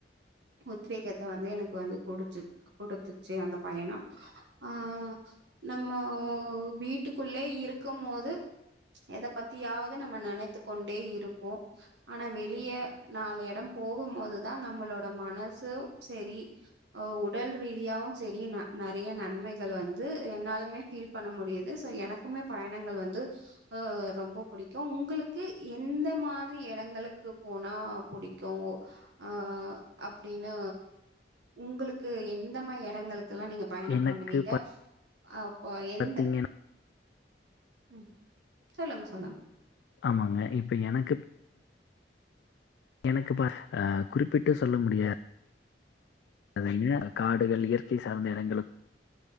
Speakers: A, on the right (about 80°); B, on the left (about 70°).
A: உத்வேகத்த வந்து எனக்கு வந்து குடுச்சு குடுத்துச்சி அந்த பயணம் ஆ நம்ம வீட்டுக்குள்ளே இருக்கும் மோது எத பத்தி யாது நம்ம நெனைத்து கொண்டே இருப்போம் ஆனா வெளியே நாலு எடம் போகும்போதுதா நம்மளோட மனசும் செரி உடல் ரீதியாவும் செரி நறைய நன்மைகள வந்து என்னாலுமே ஃபீல் பண்ண முடியுது சோ எனக்குமே பயணங்கள் வந்து ஆ ஆ ரொம்ப புடிக்கும் உங்களுக்கு எந்த மாதிரி எடங்களுக்கு போனா புடிக்கு அ அப்டின்னு உங்களுக் க்கு எந்த மாரியான எடங்களுக்குல்லா நீங்க பயணம்
B: எனக்கு
A: பண்ணுவீங்க அப்ப
B: பாத்தீங்க
A: எந்த ம் சொல்லுங்க சொல்லுங்க
B: ஆமாங்க இப்ப எனக்கு எனக்கு பா குறிப்பிட்டு சொல்ல முடியா அத்தாங்க காடுகள் இயற்கை சார்ந்த எடங்களுக்